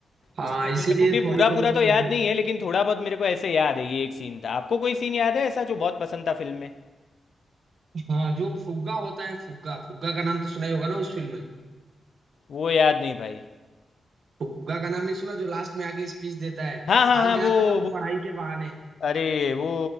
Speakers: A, on the right; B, on the left.
A: हाँ
B: इसलिए
A: इसीलिए
B: मेरे को भी
A: थोड़ी
B: पूरा
A: थोड़ी
B: पूरा
A: चीजें
B: तो याद नहीं है लेकिन थोड़ा बहुत मेरे को ऐसे याद है ये एक सीन था आपको कोई सीन याद है ऐसा जो बहुत पसंद था फिल्म में
A: हाँ जो फुग्गा होता है फुग्गा फुग्गा का नाम तो सुना ही होगा ना उस फिल्म में
B: वो याद नहीं भाई
A: फुग्गा का नाम नहीं सुना जो लास्ट में आके स्पीच देता है
B: हाँ हाँ
A: भाग
B: हाँ वो
A: जाता है वो
B: वो
A: पढ़ाई के बहाने
B: अरे वो